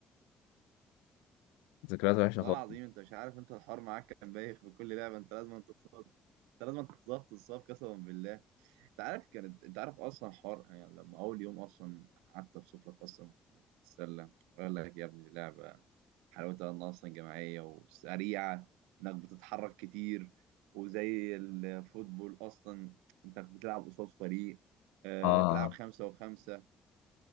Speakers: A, on the left; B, on the right.
A: ذكريات وحشه
B: والله
A: خالص
B: العظيم انت مش عارف انت الحوار معاك كان بايخ في كل لعبه انت لازم انت تصاب انت لازم انت تتصاب تصاب قسما بالله انت عارف كانت انت عارف اصلا حوار يعني لما اول يوم اصلا قعدت افصل لك اصلا في في السله وقال لك يا ابني دي لعبه حلاوتها انها اصلا جماعيه وسريعه انك بتتحرك كتير وزي الفوتبول اصلا انت بتلعب قصاد فريق اه
A: اه
B: تلعب خمسة وخمسة